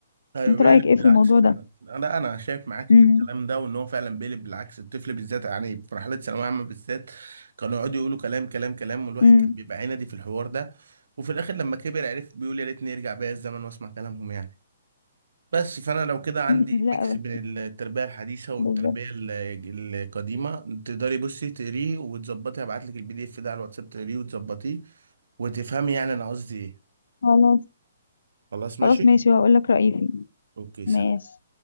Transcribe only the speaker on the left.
أنت
رأيك إيه
في الموضوع
ده؟
امم
امم
<laughs> لا
بالظبط
خلاص
خلاص ماشي وهقول لك رأيي فيه
ماشي